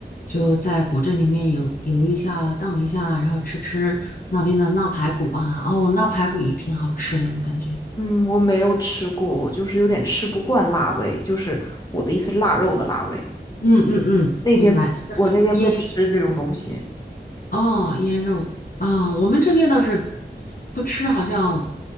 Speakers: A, on the left; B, on the left.
A: 就在古镇里面游游一下、荡一下，然后吃吃那边的腊排骨啊，哦，腊排骨也挺好吃的，我感觉。
B: 嗯，我没有吃过，我就是有点吃不惯辣味，就是我的意思是腊肉的辣味。
A: 嗯嗯嗯，
B: 那边不，
A: 明白，就是腌
B: 我那边不吃这种东西。
A: 哦，腌肉啊，我们这边倒是不吃，好像